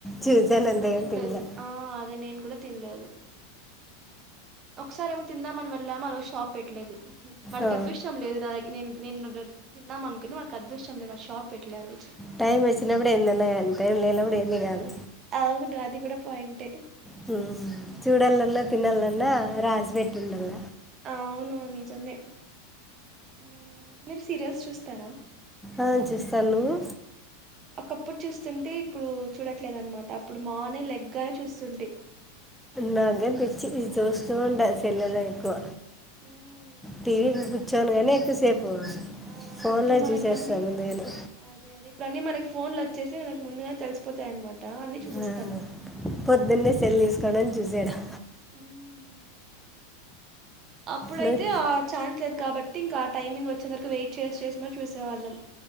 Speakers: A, in the centre; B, on the right.
A: చూశాను
B: నేను
A: అంతే
B: కూడా
A: కానీ
B: తినలేదు
A: తినలే
B: ఆ అదే నేను కూడా తిన్లేదు ఒకసారి ఏమో తిందామని వెళ్ళామా ఆరోజు షాప్ పెట్టలేదు వాడికి
A: ఆ,
B: అదృష్టం లేదు నా దగ న నేను తిందాం అనుకుని వాడికి అదృష్టం లేదు వా షాప్ పెట్లే ఆ రోజు
A: టైమ్ వచ్చిన అప్పుడు ఏదైనా కానీ టైమ్ లేనప్పుడు ఏంది కాదు
B: అవును అది కూడా పాయింటే
A: హ్మ్ చూడలన్నా
B: ఉమ్,
A: తినాలన్న రాసిబెట్టిఉండాల
B: అవును నిజమే ఉమ్, మీరు సీరియల్స్ చూస్తారా
A: ఆ చూస్తాను నువ్వు
B: ఒకప్పుడు చూస్తుంటే ఇప్పుడు చూడట్లేదునమాట అప్పుడు మార్నింగ్ లెగ్గానే చూస్తుంటే
A: నాగాని పిచ్చి ఇది చూస్తూ ఉంటా సెలుళ్ళో ఎక్కువ
B: హామ్
A: టీవీ ముందు కూర్చోను గానీ ఎక్కువసేపు
B: ఆ
A: ఫోన్లో
B: ఇప్పుడు మనకన్ని
A: చూసేస్తా ముందుగానే
B: అదే అదే ఇప్పుడు అన్నీ మనకి ఫోన్లు వచ్చి వచ్చేసి వాళ్ళకి ముందుగానే తెలిసిపోతాయి అన్నమాట అన్నీ చూసేస్తాం
A: ఆ పొద్దున్నే సెల్ తీసుకోవడం చూసేయడం
B: ఉమ్. అప్పుడైతే
A: నువ్వు
B: ఆ ఛాన్స్ లే వు కాబట్టి ఇంకా ఆ టైమింగ్ వచ్చే వరకు వెయిట్ చేసి చేసి మరి చూసేవాళ్ళం